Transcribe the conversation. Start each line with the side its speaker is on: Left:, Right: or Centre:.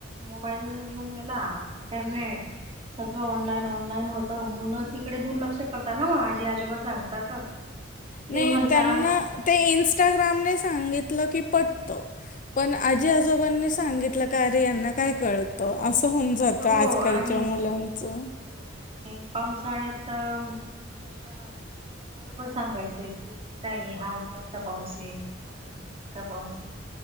Right: मोबाईल येऊन गेला, इंटरनेट, सगळं ऑनलाईन, ऑनलाईन होतं, मुलं तिकडे दुर्लक्ष करतात ना म, आजी आजोबा सांगतात. ते
Left: नाही
Right: म्हणता
Left: त्यांना, ते इनंस्टाग्रामने सांगितलं की पटत. पण आजी आजोबांनी सांगितलं का? अरे यांना काय कळतं असं होऊन जातं,
Right: हो
Left: आज
Right: आणि
Left: खलच्या मुलांचं
Right: हो आणि पावसाळ्यात अचरच्या बरोबर सांगायच कि नाही हा उतरचा पाऊस आहे आता म चिंचा पावस